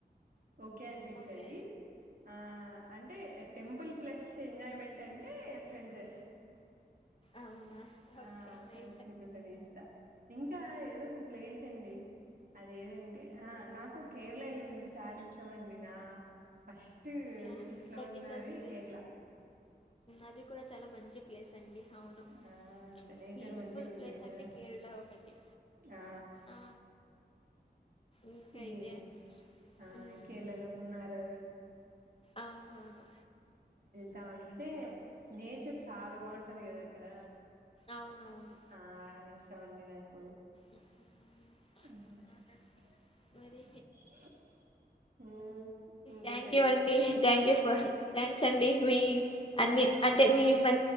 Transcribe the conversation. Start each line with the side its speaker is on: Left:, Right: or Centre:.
Right: ఓకే అనిపిస్తది
Left: ఓకే
Right: ఆ అంటే టెంపుల్ ప్లస్ ఎంజాయ్మెంట్ అంటే ఫ్రెండ్స్
Left: అవునా ఓకే
Right: ఆ
Left: నై
Right: ఫ్రెండ్స్ ప్రిఫర్ చేస్తా ఇంకా ఏదో ఒక ప్లేస్ అండి అదేదంటే నాకు కేరళ వెల్లంటే చాలా ఇష్టం అండి నా ఫస్ట్ స్టు
Left: యా
Right: విశ్లిస్ట్ లో
Left: దట్
Right: ఉన్నది
Left: ఈస్ ఆల్సో వెరీ
Right: కేరళ
Left: అది కూడా చాలా మంచి ప్లేస్ అండి అవును
Right: ఆ అంత నేచర్
Left: పీస్ఫోల్
Right: మంచిగా ఉంటది
Left: ప్లేస్
Right: కదా.
Left: అంటే కేరళ ఒకటి
Right: ఆ
Left: ఆ ఇంకైతే
Right: ఇదీ ఆ
Left: హ్మ్.
Right: కేరళలో మున్నారు
Left: అవునవును.
Right: తా ఉంటే నేచర్ చాలా బాగుంటది కదా అక్కడ
Left: అవునవును.
Right: ఆ ఇష్టమండి నాకు
Left: హ్మ్.
Right: <unintelligible>
Left: అవును. మరి
Right: హ్మ్ ఇంకేంటండి
Left: థ్యాంక్ యూ అండి థ్యాంక్ యూ ఫార్ థ్యాంక్స్ అండి మీ అన్ని
Right: ఆ
Left: అంటే మీ మ